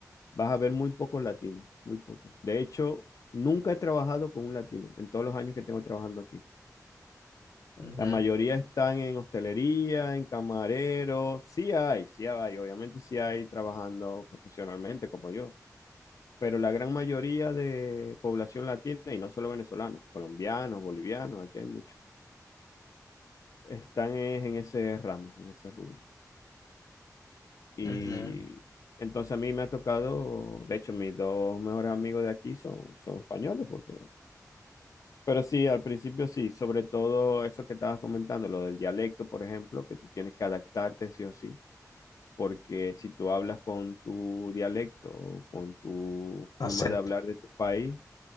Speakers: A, on the left; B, on the left.
A: vas a ver muy pocos latinos, muy pocos. De hecho, nunca he trabajado con un latino en todos los años que tengo trabajando aquí.
B: ujú,
A: La mayoría están en hostelería, en camarero. Sí hay, sí hay, obviamente sí hay trabajando profesionalmente como yo. Pero la gran mayoría de población latina, y no solo venezolanos, colombianos, bolivianos, aquí hay muchos, están es en ese ramo, en ese rubro. Y
B: ujú, ujú.
A: entonces a mí me ha tocado, de hecho, mis dos mejores amigos de aquí son, son españoles, porque Pero sí, al principio sí, sobre todo eso que estabas comentando, lo del dialecto, por ejemplo, que tú tienes que adaptarte sí o sí, porque si tú hablas con tu dialecto o con tu forma
B: Acento,
A: de hablar de tu país,